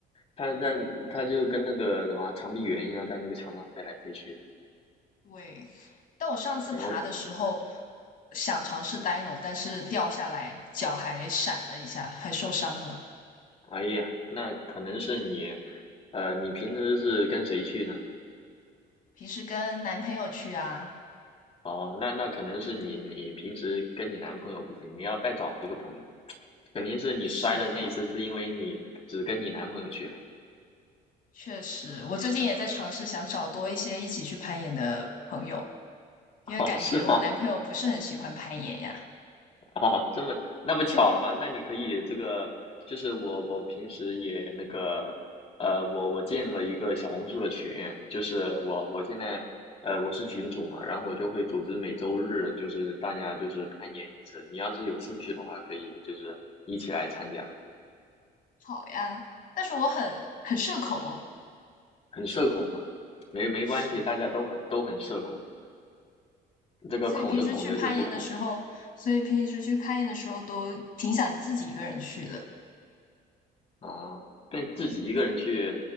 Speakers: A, on the left; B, on the left.
A: 他它他就跟那个什么长臂猿一样，在那个墙上飞来飞去的，
B: 对，但我上次爬的时候
A: 然后
B: 想尝试 Dino，但是掉下来脚还闪了一下，还受伤了。
A: 哎呀，那可能是你，呃，你平时是跟谁去呢？
B: 平时跟男朋友去啊，
A: 哦，那那可能是你，你平时跟你男朋友不行，你要再找一个朋友，肯定是你摔的那一次是因为你只跟你男朋友去了。
B: 是的，确实，我最近也在尝试想找多一些一起去攀岩的朋友，因为感觉我男朋友不是很喜欢攀岩呀。
A: <laughs> 哦，是吗？<laughs> 哦，这么那不巧了吗？那你可以这个，就是我我平时也那个，呃，我我建了一个小红书的群，就是我我现在呃我是群主嘛，然后我就会组织每周日就是大家就是攀岩一次，你要是有兴趣的话，可以就是一起来参加，
B: 好呀，但是我很很社恐，
A: 很社恐啊，没没关系，
B: 是，
A: 大家都很都很社恐，这个恐着恐着就不恐
B: 所以平时去攀岩的时候，所以平时去攀岩的时候都挺想自己一个人去的。
A: 啊，但自己一个人去，